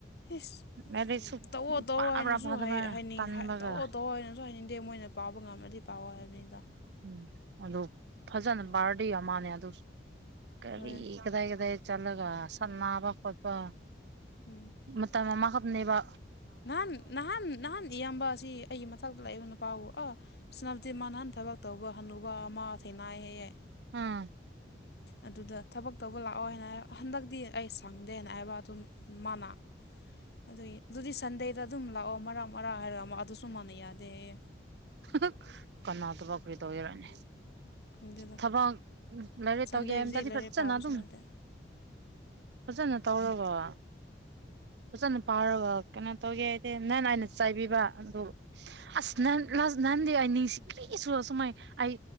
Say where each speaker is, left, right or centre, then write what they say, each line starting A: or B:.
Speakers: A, on the left (about 60°); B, on the right (about 65°).
A: ꯏꯁ
B: ꯂꯥꯏꯔꯤꯛꯁꯨ
A: ꯇꯧꯑꯣ ꯇꯧꯑꯣ
B: ꯄꯥꯕ꯭ꯔꯥ
A: ꯍꯥꯏꯅꯁꯨ
B: ꯐꯥꯗꯕ꯭ꯔꯥ
A: ꯍꯥꯏꯅꯤꯡ
B: ꯇꯟꯕꯒ
A: ꯇꯧꯑꯣ ꯇꯧꯑꯣ ꯍꯥꯏꯅꯁꯨ ꯍꯥꯏꯅꯤꯡꯗꯦ ꯃꯣꯏꯅ꯫ ꯄꯥꯎꯕ ꯉꯝꯝꯕꯗꯤ ꯄꯥꯎ ꯍꯥꯏꯕꯅꯤ
B: ꯎꯝ ꯑꯗꯨ ꯐꯖꯅ ꯕꯥꯔꯗ ꯃꯥꯜꯦ ꯑꯗꯨ ꯀꯔꯤ
A: ꯍꯣꯏ
B: ꯀꯗꯥꯏ ꯀꯗꯥꯏ ꯆꯠꯂꯒ ꯁꯟꯅꯥꯕ ꯈꯣꯠꯄ
A: ꯎꯝ
B: ꯃꯇꯝꯃꯥ ꯍꯥꯞꯅꯦꯕ
A: ꯅꯍꯥꯟ ꯅꯍꯥꯟ ꯅꯍꯥꯟ ꯏꯌꯥꯝꯕ ꯑꯁꯤ ꯑꯩꯒꯤ ꯃꯊꯛꯇ ꯂꯩꯕ ꯅꯨꯄꯥꯕꯨ ꯑꯣ <unintelligible> ꯃꯥ ꯅꯍꯥꯟ ꯊꯕꯛ ꯇꯧꯕ ꯍꯥꯟꯅꯨꯕ ꯑꯃ ꯊꯦꯡꯅꯥꯏ ꯍꯥꯏꯌꯦ
B: ꯎꯝ
A: ꯑꯗꯨꯗ ꯊꯕꯛ ꯇꯧꯕ ꯂꯥꯛꯑꯣ ꯍꯥꯏꯅ ꯍꯟꯗꯛꯇꯤ ꯑꯩ ꯁꯪꯗꯦ ꯑꯅ ꯍꯥꯏꯕ ꯑꯗꯨꯝ ꯃꯟꯅꯥ ꯑꯗꯨꯏ ꯑꯗꯨꯗꯤ ꯁꯟꯗꯦꯗ ꯑꯗꯨꯝ ꯂꯥꯛꯑꯣ ꯃꯔꯛ ꯃꯔꯥ ꯍꯥꯏꯔꯒ ꯑꯃ ꯑꯗꯨꯁꯨ ꯃꯥꯟꯅ ꯌꯥꯗꯦ ꯍꯥꯏꯌꯦ
B: ꯍꯥ ꯍꯥ ꯀꯅꯥꯗꯕꯛ ꯀꯔꯤ ꯇꯧꯒꯦꯔꯅ‌ꯦ
A: ꯈꯪꯗꯦꯗ
B: ꯊꯕꯛ ꯂꯥꯏꯔꯤꯛ
A: ꯁꯟꯗꯦꯁꯤ
B: ꯇꯧꯒꯦꯝꯗꯔꯗꯤ
A: ꯂꯥꯏꯔꯤꯛ
B: ꯐꯖꯥꯅ
A: ꯄꯥꯕꯁꯨ
B: ꯑꯗꯨꯝ
A: ꯅꯠꯇꯦ
B: ꯐꯖꯅ ꯇꯧꯔꯒ ꯐꯖꯅ ꯄꯥꯔꯒ ꯀꯩꯅꯣ ꯇꯧꯒꯦ ꯍꯥꯏꯗꯦ ꯅꯅ ꯑꯩꯅ ꯆꯩꯕꯤꯕ ꯑꯗꯨ ꯑꯁ ꯅꯍꯥꯟ ꯍꯥꯁ ꯅꯍꯥꯟꯗꯤ ꯑꯩ ꯅꯤꯡꯁꯤ ꯀꯔꯤꯁꯨ ꯑꯁꯨꯃꯥꯏ ꯑꯩ